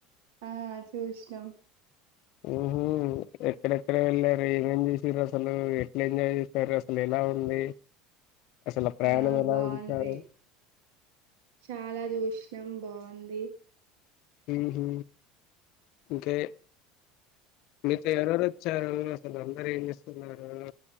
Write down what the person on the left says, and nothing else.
ఉహు ఎక్కడెక్కడ వెళ్లారు ఏమేం చేసిర్రు అసలు ఎట్లా ఎంజాయ్ చేసారు అసలు ఎలా ఉంది అసలు ప్రయాణం
ఎలా
ఉంచారు
ఉ హు ఇంకయి మీతో ఎవరెవరు వచ్చారు వాళ్ళందరూ ఏం చేస్తున్నారు